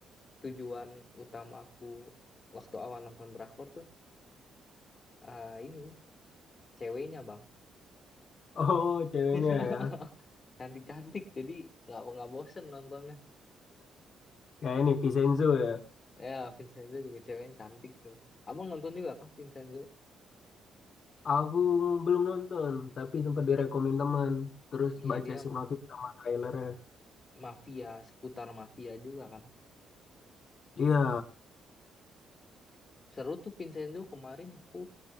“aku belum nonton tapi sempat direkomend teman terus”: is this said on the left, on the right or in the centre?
Left